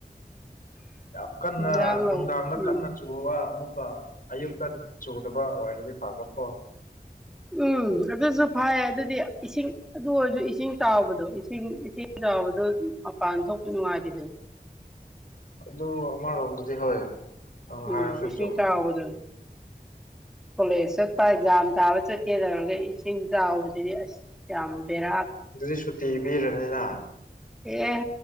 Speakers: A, on the left (about 60°); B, in the centre.
A: ꯌꯥꯝ ꯀꯟꯅ
B: ꯏꯟꯖꯥꯡ
A: ꯅꯨꯡꯗꯥꯡꯗ
B: ꯂꯧ ꯎꯝ
A: ꯀꯟꯅ <unintelligible> ꯑꯃꯨꯛꯀ ꯑꯌꯨꯛꯇ ꯆꯨꯗꯕ ꯑꯣꯏꯔꯗꯤ ꯐꯥꯕꯀꯣ
B: ꯎꯝ ꯑꯗꯨꯁꯨ ꯐꯩ ꯑꯗꯨꯗꯤ ꯏꯁꯤꯡ ꯑꯗꯨ ꯑꯣꯏꯔꯁꯨ ꯏꯁꯤꯡ ꯆꯥꯎꯕꯗꯣ ꯏꯁꯤꯡ ꯏꯁꯤꯡ ꯆꯥꯎꯕꯗꯣ ꯃꯄꯥꯟ ꯊꯣꯛꯄ ꯅꯨꯡꯉꯥꯏꯇꯗ
A: ꯑꯗꯨ ꯑꯥꯃꯔꯣꯝꯗꯗꯤ ꯍꯣꯏ ꯅꯪ
B: ꯎꯝ
A: ꯍꯥꯏꯔꯁꯨ
B: ꯃꯤꯁꯤ
A: ꯆꯨꯝꯃꯦ
B: ꯆꯥꯎꯕꯗꯅꯤ ꯀꯣꯂꯦꯖ ꯆꯠꯄ ꯑꯦꯛꯖꯥꯝ ꯊꯥꯕ ꯆꯠꯀꯦ ꯇꯧꯔꯒ ꯏꯁꯤꯡ ꯆꯥꯎꯕꯁꯤꯗꯤ ꯑꯁ ꯌꯥꯝꯗꯦꯔ
A: ꯑꯗꯨꯗꯤ ꯁꯨꯇꯤ ꯄꯤꯔꯅꯤꯅ
B: ꯑꯦ